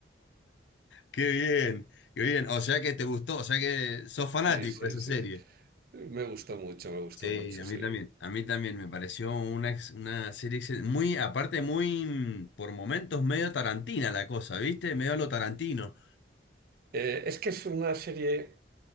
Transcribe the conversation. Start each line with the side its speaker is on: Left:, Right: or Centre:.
Left: Qué bien, qué bien. O sea que te gustó, o sea que sos fanático
Right: Sí, sí,
Left: de esa
Right: sí.
Left: serie.
Right: Me gustó mucho, me gustó
Left: Sí,
Right: mucho,
Left: a
Right: sí.
Left: mí también. A mí también me pareció una, ex- una serie excel- muy, aparte, muy mm, por momentos medio tarantina la cosa, ¿viste? Medio a lo tarantino.
Right: Eh, es que es una serie,